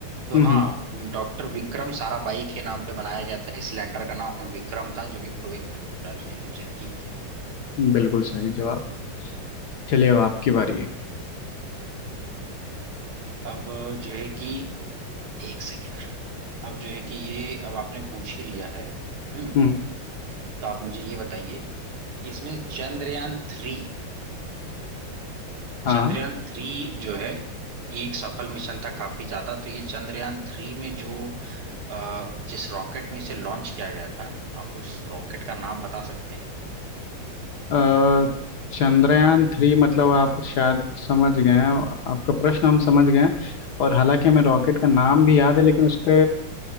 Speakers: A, on the right; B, on the left.
A: तो
B: हम्म
A: हाँ डॉक्टर विक्रम साराभाई के नाम पे बनाया गया था इस लैंडर का नाम विक्रम था जो कि खुद एक सार्वजनिक इंजन ही है
B: हम्म, बिल्कुल सही जवाब चलिए अब आपकी बारी है
A: अब जो है कि एक सेकेंड अब जो है कि ये अब आपने पूछ ही लिया है हम्म
B: हम्म
A: तो आप मुझे ये बताइए कि इसमें चंद्रयान थ्री
B: हाँ
A: चंद्रयान थ्री जो है ये एक सफल मिशन था काफी ज्यादा तो ये चंद्रयान थ्री में जो अ, जिस रॉकेट में इसे लॉन्च किया गया था आप उस रॉकेट का नाम बता सकते हैं
B: अ, चंद्रयान थ्री मतलब आप शायद समझ गए हैं आपका प्रश्न हम समझ गए हैं और हालांकि हमें रॉकेट का नाम भी याद है लेकिन उसके